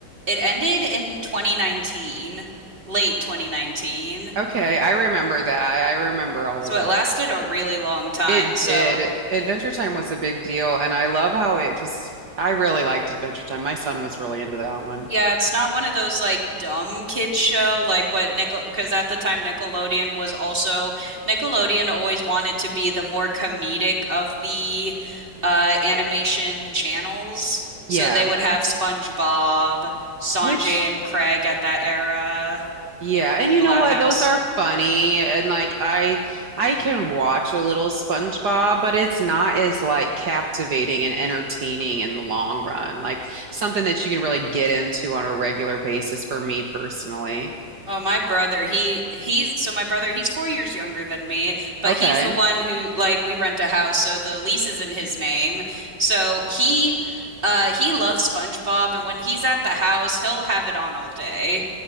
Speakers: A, on the right; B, on the right.
A: it ended in 2019, late 2019.
B: Okay, I remember that. I remember all
A: So
B: of
A: it
B: that.
A: lasted a really long time.
B: It Mhm.
A: So
B: did. Adventure Time was a big deal, and I love how it just, I really liked Adventure Time. My son was really into that one.
A: Yeah, it's not one of those like dumb kids show like what Nickel because at the time Nickelodeon was also Nickelodeon always wanted to be the more comedic of the uh animation channels. So
B: Yeah.
A: they would have SpongeBob, Sanjay
B: Which,
A: and Craig at that era,
B: yeah, and you
A: The
B: know
A: Loud
B: what?
A: House.
B: Those are funny, and like I I can watch a little SpongeBob, but it's not as like captivating and entertaining in the long run. Like something that you can really get into on a regular basis for me personally.
A: Oh, my brother, he he's so my brother, he's four years younger than me, but
B: Okay.
A: he's the one who like we rent a house, so the lease is in his name. So he uh he loves SpongeBob and when he's at the house, he'll have it on all day.